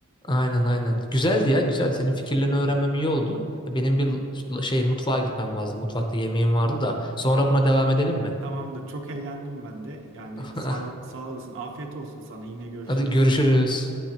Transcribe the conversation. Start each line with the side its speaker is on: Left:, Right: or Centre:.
Left: Aynen aynen. Güzeldi ya güzeldi. Senin fikirlerini öğrenmem iyi oldu. Benim bir l- şey mutfağa gitmem lazım. Mutfakta yemeğim vardı da. Sonra buna devam edelim mi?
Right: Tamamdır. Çok eğlendim ben de. Yani
Left: <laughs>
Right: sağ, sağ olasın. Afiyet olsun sana. Yine görüşürüz.
Left: Hadi görüşürüz.